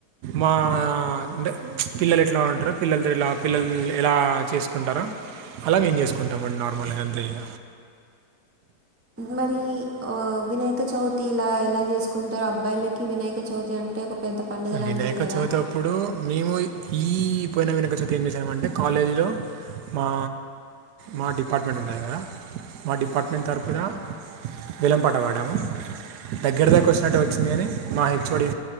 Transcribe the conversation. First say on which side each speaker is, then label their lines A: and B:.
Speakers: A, on the right; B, on the right.
A: మా అంటే పిల్లలు ఎట్లా ఉంటారు పిల్లలతోటి లా పిల్లలు ఎలా చేసుకుంటారో అలా మేం చేసుకుంటాంమండి నార్మల్గా అంతే ఇగ
B: మరి ఆ వినాయక చవితి ఇలా ఎలా చేసుకుంటారు అబ్బాయిలకి వినాయక చవితి అం టే ఒక పెద్ద పండుగ లాంటిది
A: వినాయక
B: కదా
A: చవితప్పుడు మేము ఈ పోయిన వినయక చవితి ఏం చేశామంటే కాలేజీ లో మా మా డిపార్ట్మెంట్ ఉంటాది కదా మా డిపార్ట్మెంట్ తరుపున వేలంపాటపాడాము దగ్గరి దాక వచ్చినట్టే వచ్చింది కాని మా హెచ్ ఓడి